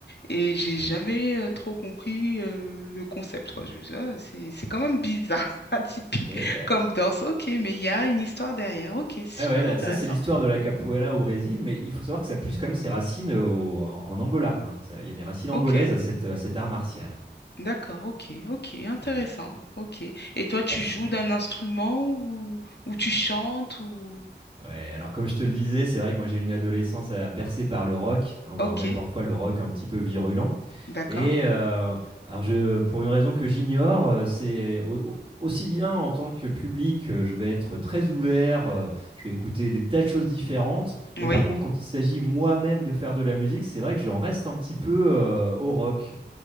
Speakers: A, on the left; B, on the right.
A: et j'ai
B: Absolument.
A: jamais euh, trop compris euh, le concept, quoi.
B: Ouais.
A: Je me disais, Ah, c'est, c'est quand même bizarre, <laughs> atypique
B: Mais euh,
A: comme danse. Ok, mais il y a une histoire derrière. Ok, super
B: ouais, ouais, là,
A: intéressant.
B: ça c'est l'histoire de la capoeira au Brésil, mais il faut savoir que ça puise quand même ses racines au- en, en Angola. hein. Ça- Il y a des racines angolaises
A: Ok.
B: à, cette, à cet art martial.
A: D'accord, ok, ok, intéressant,
B: Ouais,
A: ok. Et toi, tu
B: passionnant.
A: joues d'un instrument ou, ou tu
B: Ouais.
A: chantes ou...
B: Ouais, alors comme je te le disais, c'est vrai que moi j'ai eu une adolescence à bercée par le rock, hein, voire
A: Ok,
B: même parfois le rock un petit peu virulent.
A: d'accord,
B: Et euh, alors je, pour une raison que j'ignore, euh, c'est au- au- aussi bien en tant que public, euh, je vais être très ouvert, euh, je vais écouter des tas de choses différentes. Mais
A: oui,
B: par contre, quand il s'agit moi-même de faire de la musique, c'est vrai que j'en reste un petit peu euh, au rock